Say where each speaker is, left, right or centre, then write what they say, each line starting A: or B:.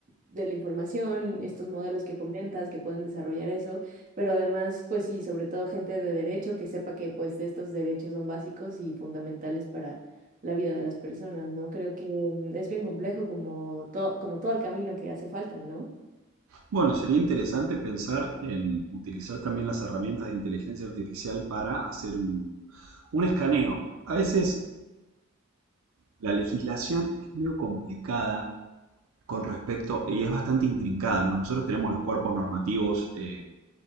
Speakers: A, on the right; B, on the right.
A: de la información, estos modelos que comentas, que puedan desarrollar eso, pero además, pues sí, sobre todo gente de derecho que sepa que, pues, estos derechos son básicos y fundamentales la vida de las personas, ¿no? Creo que mm, es bien complejo como, to- como todo el camino que hace falta, ¿no?
B: Bueno, sería interesante pensar en utilizar también las herramientas de inteligencia artificial para hacer un, un escaneo. A veces la legislación es medio complicada con respecto, y es bastante intrincada, ¿no? Nosotros tenemos los cuerpos normativos eh,